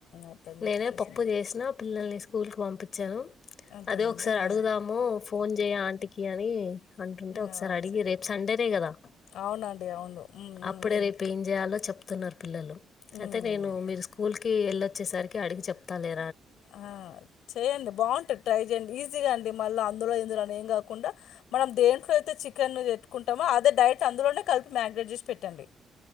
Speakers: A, on the left; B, on the left.
A: అట్లని
B: నేనే
A: చెప్పి చేసింది
B: పప్పు చేసినా పిల్లల్ని స్కూల్కి పంపించాను
A: అంతేనండి
B: అదే ఒకసారి
A: ఇగ
B: అడుగుదాము ఫోన్ చేయ్ ఆంటికి అని అంటుంటే ఒకసారి
A: ఆ ఓకే
B: అడిగి రేపు సండేనే కదా
A: అవునండి అవును ఉమ్
B: అప్పుడే
A: ఉమ్ ఉమ్
B: రేపు ఏం చేయాలో చెప్తున్నారు పిల్లలు
A: ఉమ్
B: అయితే నేను మీరు స్కూల్ ల్ కి ఎల్ళొచ్చేసరికి అడిగి చెప్తా లే
A: ఆ చేయండి బాగుంటది ట్రై చేయండి ఈజీగా అండి మళ్ళీ అందులో ఇందులోని ఏం కాక్ కుండా మనం దేంట్లో అయితే చికెన్ ఎత్తుకుంటామో అదే డైరక్ట్ అందులోనే కలిపి మ్యాగినేట్ చేసి పెట్టండి